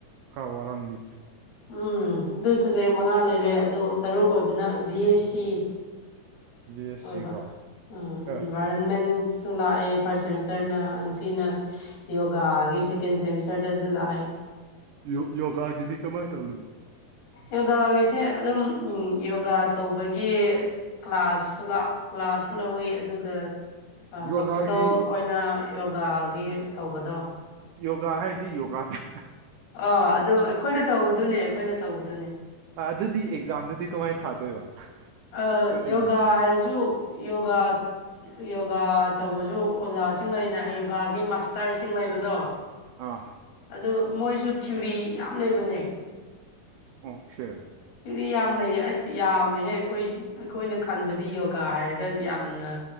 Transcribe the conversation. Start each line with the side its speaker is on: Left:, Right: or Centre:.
Right: ꯈꯔ ꯋꯥꯔꯝꯅꯤ꯫
Left: ꯎꯝ ꯑꯗꯨ ꯁꯕꯖꯦꯛ ꯃꯉꯥ ꯂꯩꯔꯦ ꯑꯗꯨ ꯇꯔꯨꯛ ꯑꯣꯏꯕꯅ ꯕꯤ ꯑꯦꯁ ꯁꯤ__ <unintelligible>
Right: ꯕꯤ ꯑꯦꯁ ꯁꯤꯒ
Left: ꯑꯦꯟꯚꯥꯏꯔꯣꯟꯃꯦꯟꯁꯨ
Right: ꯑꯦ
Left: ꯂꯥꯛꯑꯦ ꯐꯥꯔꯁ ꯁꯦꯃꯤꯁꯇꯔꯅ ꯉꯁꯤꯅ ꯌꯣꯒꯥꯒꯤ ꯁꯦꯀꯦꯟ ꯁꯦꯃꯤꯁꯇꯔꯗꯗꯨ ꯂꯥꯛꯑꯦ
Right: ꯌꯣ ꯌꯣꯒꯥꯒꯤꯗꯤ ꯀꯃꯥꯏ ꯇꯧꯒꯅꯤ
Left: ꯌꯣꯒꯥꯒꯤꯁꯤ ꯑꯗꯨꯝ ꯌꯣꯒꯥ ꯇꯧꯕꯒꯤ ꯀ꯭ꯂꯥꯁꯁꯨ ꯂꯥꯛ ꯀ꯭ꯂꯥꯁꯁꯨ ꯂꯧꯋꯤ ꯑꯗꯨꯒ ꯑꯥ ꯄ꯭ꯔꯦꯛꯇꯤꯀꯦꯜ
Right: ꯌꯣꯒꯥꯒꯤ
Left: ꯑꯣꯏꯅ ꯌꯣꯒꯥꯒꯤ ꯇꯧꯕꯗꯣ
Right: ꯌꯣꯒꯥ ꯍꯥꯏꯗꯤ ꯌꯣꯒꯥ ꯇꯥ <unintelligible>
Left: ꯑꯥꯍ ꯑꯗꯨ ꯑꯩꯈꯣꯏꯅ ꯇꯧꯕꯗꯨꯅꯤ ꯑꯩꯈꯣꯏꯅ ꯇꯧꯕꯗꯨꯅꯤ
Right: ꯑꯥ ꯑꯗꯨꯗꯤ ꯑꯦꯛꯖꯥꯝꯗꯨꯗꯤ ꯀꯃꯥꯏꯅ ꯊꯥꯗꯣꯏꯕ
Left: ꯑꯥ
Right: ꯉꯛꯏꯅꯦ
Left: ꯌꯣꯒꯥ ꯍꯥꯏꯔꯁꯨ ꯌꯣꯒꯥ ꯌꯣꯒꯥ ꯇꯧꯕꯁꯨ ꯑꯣꯖꯥꯁꯤꯡ ꯂꯩꯅ <unintelligible> ꯌꯣꯒꯥꯒꯤ ꯃꯥꯁꯇꯔꯁꯤꯡ ꯂꯩꯕꯗꯣ꯫
Right: ꯑꯥꯍ
Left: ꯑꯗꯨ ꯃꯣꯏꯁꯨ ꯊꯤꯌꯣꯔꯤ ꯌꯥꯝ ꯂꯩꯕꯅꯤ
Right: ꯑꯣꯈꯦ
Left: ꯊꯤꯌꯣꯔꯤ ꯌꯥꯝ ꯂꯩꯌꯦ ꯑꯁ ꯌꯥꯝꯃꯦꯍꯦ ꯑꯩꯈꯣꯏ ꯑꯩꯈꯣꯏꯅ ꯈꯟꯕꯗꯤ ꯌꯣꯒꯥ ꯍꯥꯏꯔꯒ ꯌꯥꯝꯅ